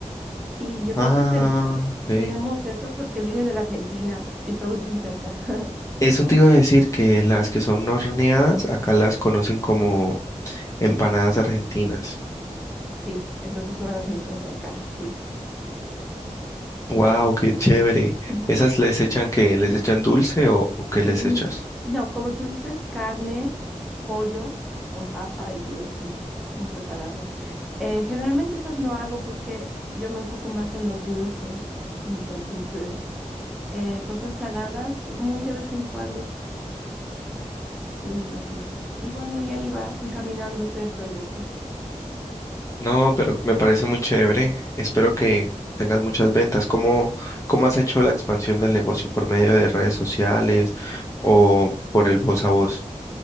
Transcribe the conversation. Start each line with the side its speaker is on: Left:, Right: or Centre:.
Centre: Y yo
Left: Ah,
Centre: creo que ten-
Left: ok.
Centre: tenemos eso porque viene de la Argentina y estamos bien cerca. <laughs>
Left: Eso te iba a decir que las que son no horneadas, acá las conocen como empanadas argentinas.
Centre: Sí, entonces son las mismas de acá, sí.
Left: Wow, qué chévere.
Centre: Ujú.
Left: ¿Esas les echan que les echan dulce o, o qué
Centre: Mm,
Left: les echas?
Centre: no, como tú dices, carne, pollo con papa y así, un preparado. Eh, generalmente esas no hago porque yo me enfoco más en lo dulce. <laughs> Entonces, eh, eh, cosas saladas muy de vez en cuando y así. Y bueno, y ahí va encaminándose el proyecto.
Left: No, pero me parece muy chévere. Espero que tengas muchas ventas. ¿Cómo, cómo has hecho la expansión del negocio? ¿Por medio de redes sociales o por el voz a voz?